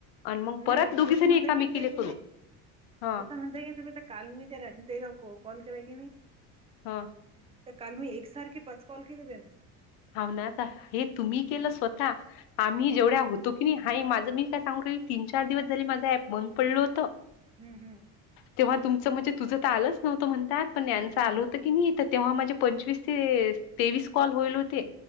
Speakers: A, on the left; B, on the right.
A: आणि मग
B: नाही
A: परत दोघी
B: तसं
A: जनी
B: म्हणता
A: एकामेकीले
B: की नाही तुम्ही
A: करू. हा
B: तसं म्हणताय की तुम्ही तर, काल मी तर रानि ताई का कॉल-कॉल केला की नाही.
A: हा.
B: तर काल मी एक सारख पाच कॉल केलं यांनी.
A: हव ना आता, हे तुम्ही केलं स्वतः आम्ही
B: हम्म
A: जेवढ्या होत तो की हाय, माझं मी काय सांग तीन, चार दिवस झाल, माझा ऍप बंद पडलं होतं.
B: हम्-हम्.
A: तेव्हा तुमचं म्हणजे तुझं तर आलंच नव्हतं म्हणतात, पण यांच
B: हं,
A: आलं
B: हं.
A: होतं. की नाही, तेव्हा माझे पंचवीस ते तेवीस कॉल होईल होते.